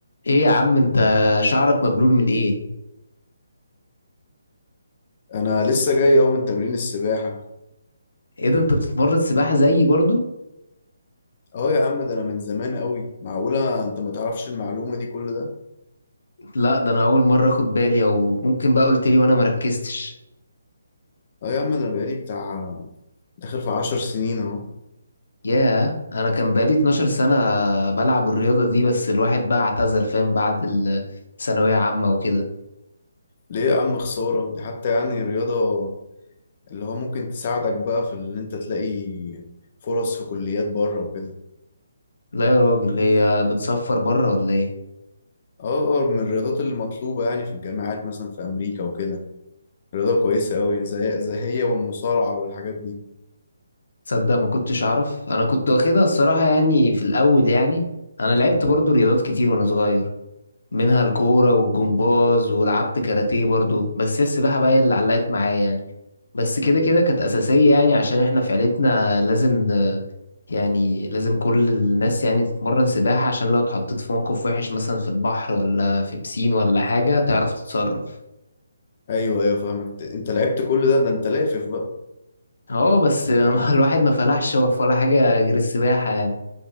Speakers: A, on the left (about 75°); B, on the left (about 40°).
A: ايه يا عم انت شعرك مبلول من ايه
B: انا لسه جاي اهو من تمرين السباحه
A: ايه ده انت بتتمرن سباحة زيي برضو
B: اه يا عم ده انا من زمان قوي معقوله انت ما تعرفش المعلومه دي كل ده
A: لا ده انا اول مرة اخد بالي او ممكن بقى قلت لي وانا مركزتش
B: اه يا عم انا بقالي بتاع داخل في عشر سنين اهو
A: ياه انا كان بقالي 12 سنة بلعب الرياضة دي بس الواحد بقى اعتزل فاهم بعد الثانوية عامة وكده
B: ليه يا عم خساره دي حتى يعني رياضه اللي هو ممكن تساعدك بقى في ان انت تلاقي فرص في كليات بره وكده
A: لا يا راجل هي بتصفر بره ولا ايه
B: اه من الرياضات اللي مطلوبه يعني في الجامعات مثلا في امريكا وكده رياضه كويسه قوي يعني، زي زي هي والمصارعه والحاجات دي
A: تصدق ما كنتش اعرف انا كنت واخدها الصراحة يعني في الاول يعني انا لعبت برضو رياضات كتير وانا صغير منها الكورة والجمباز ولعبت كاراتيه برضو بس هي السباحة بقى هي اللي علقت معايا يعني بس كده كده كانت أساسية يعني عشان احنا في عيلتنا لازم آه، يعني لازم كل الناس يعني تتمرن سباحة عشان لو اتحطيت في موقف وحش مثلا في البحر ولا في بسين ولا حاجة تعرف تتصرف
B: ايوه ايوه فاهمك انت لعبت كل ده ده انت لافف بقى
A: اه بس <laughs> الواحد ما فلحش في ولا حاجة غير السباحة يعني